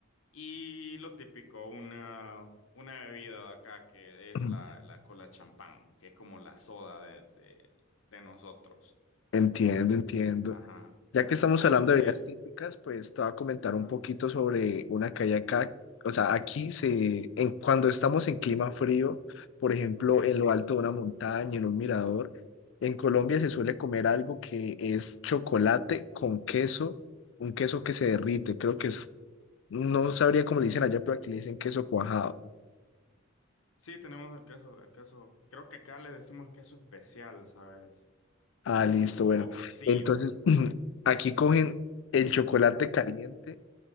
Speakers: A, on the left; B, on the left.
A: Y lo típico, una, una bebida de acá que es
B: Mm,
A: la, la cola champán, que es como la soda de, de, de nosotros.
B: Entiendo, entiendo.
A: Ajá. Mm.
B: Ya que estamos
A: Algo
B: hablando
A: que...
B: de bebidas típicas, pues te voy a comentar
A: Ajá,
B: un poquito sobre una que hay acá. O sea, aquí se, en, cuando estamos en clima frío, por ejemplo,
A: ok.
B: en lo alto de una montaña, en un mirador, en Colombia se suele comer algo que es chocolate con queso, un queso que se derrite. Creo que es, no sabría cómo le dicen allá, pero aquí le dicen queso cuajado.
A: Sí, tenemos el queso, el queso. Creo que acá le decimos queso especial, ¿sabes?
B: Ah, listo, bueno.
A: O quesillo.
B: Entonces,
A: <laughs>
B: <clears throat> aquí cogen el chocolate caliente